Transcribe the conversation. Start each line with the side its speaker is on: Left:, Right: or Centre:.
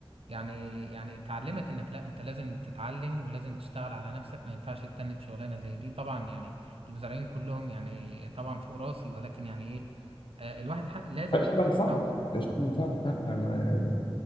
Right: يعني يعني تعلمك انك لا انت لازم تتعلم ولازم تشتغل على نفسك ما ينفعش تتنك شغلانه زي دي طبعا يعني المزارعين كلهم يعني طبعا فوق راسي ولكن يعني ايه آه، الواحد ح- لازم
Left: لا، شغلة مساعدة
Right: يتطور
Left: ده شغلة مساعدة فعلا أنا